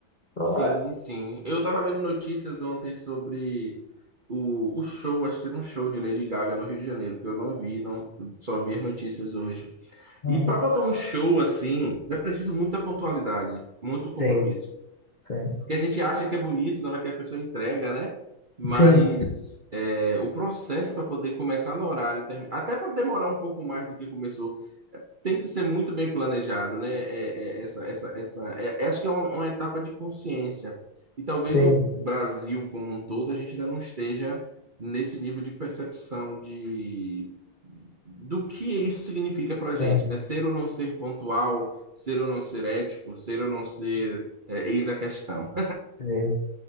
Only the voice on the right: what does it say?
Sim,
sim. Eu tava vendo notícias ontem sobre o, o show, acho que teve um show de Lady Gaga no Rio de Janeiro, que eu não vi, não, só vi as notícias hoje.
E para botar um show assim, é preciso muita pontualidade, muito compromisso.
Porque a gente acha que é bonito na hora que a pessoa entrega, né? Mas
é, o processo para poder começar no horário, termi- até para demorar um pouco mais do que começou, tem que ser muito bem planejado, né? É, é, essa, essa, essa, é, é, acho que é uma, uma etapa de consciência. E talvez
o
Brasil como um todo, a gente ainda não esteja nesse nível de percepção de, do que isso significa para a gente,
né? Ser ou não ser pontual, ser ou não ser ético, ser ou não ser, é, eis a questão.